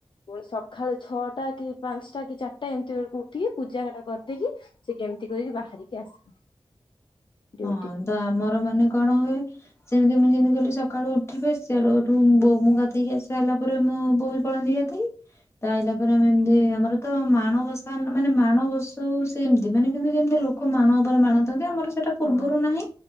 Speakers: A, on the left; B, on the left.
A: ପୁଣି ସକାଳୁ ଛଅଟା କି ପାଞ୍ଚଟା କି ଚାରିଟା ଏମିତି ବେଳକୁ ଉଠିକି ପୂଜାଟା କରିଦେଇକି ସେ କେମିତି କରିକି ବାହାରିକି ଆସନ୍ତି। ଡ୍ୟୁଟି
B: ହଁ ତ ଆମର ମାନେ କଣ ହୁଏ। ସେମିତି ମୁଁ ଯେମିତି କଇଲି ସକାଳୁ ଉଠିବେ ସିଆଡୁ ଏଠୁ ବୋ ମୁଁ ଗାଧୋଇକି ଆ ସାରିଲା ପରେ ମୁଁ ବୋଉ କଣ ତା ହେଇଲା ପରେ ଆମେ ଏମତି ଆମର ତ ମାଣବସା ମାନେ ମାଣବ ବସଉ ସେ ଏମିତି ମାନେ କିନ୍ତୁ ଯେମତି ଲୋ କଉ, ମାଣ ଉପରେ ମାଣ ଦିଅନ୍ତି, ଆମର ସେଟା ପୂର୍ବୁରୁ
A: ହଁ
B: ନାହିଁ।